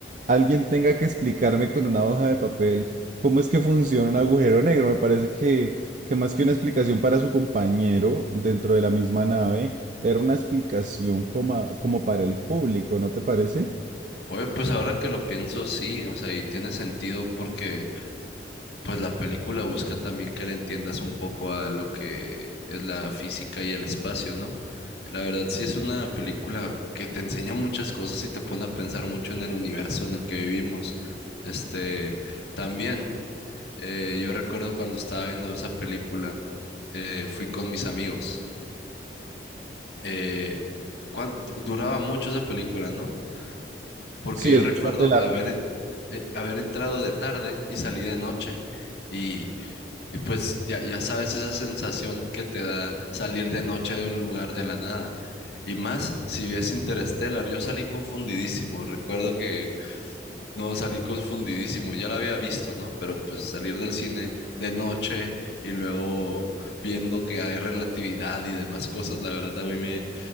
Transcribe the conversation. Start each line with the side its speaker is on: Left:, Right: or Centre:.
Right: alguien tenga que explicarme con una hoja de papel cómo es que funciona un agujero negro. Me parece que, que más que una explicación para su compañero dentro de la misma nave, era una explicación como, como para el público, ¿no te parece?
Left: Oye, pues ahora que lo pienso, sí, o sea, y tiene sentido porque pues la película busca también que le entiendas un poco a lo que es la física y el espacio, ¿no? La verdad sí es una película que te enseña muchas cosas y te pone a pensar mucho en el universo en el que vivimos. Este, también, eh, yo recuerdo cuando estaba viendo esa película, eh, fui con mis amigos eh, cuán- duraba mucho esa película, ¿no? Porque
Right: Sí,
Left: yo
Right: es
Left: recuerdo
Right: bastante larga.
Left: haber, eh, haber entrado de tarde y salí de noche. Y, y pues ya, ya sabes esa sensación que te da salir de noche de un lugar de la nada. Y más si ves Interstellar, yo salí confundidísimo. Recuerdo que no, salí confundidísimo, ya la había visto, ¿no? Pero pues salir del cine de noche y luego viendo que hay relatividad y demás cosas, la verdad a mí me,